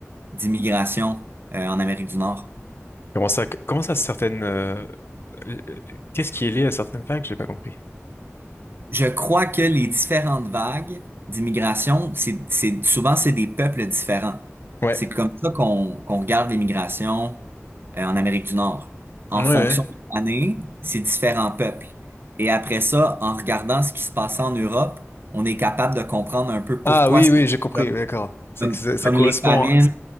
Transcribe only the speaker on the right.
d'immigration euh, en Amérique du Nord.
Je crois que les différentes vagues d'immigration, c'est, c'est, souvent, c'est des peuples différents.
C'est comme ça qu'on qu'on regarde l'immigration euh, en Amérique du Nord. En
fonction
des années, c'est différents peuples. Et après ça, en regardant ce qui se passe en Europe, on est capable de comprendre un peu
pourquoi
c'est
comme,
comme
comme
les famines.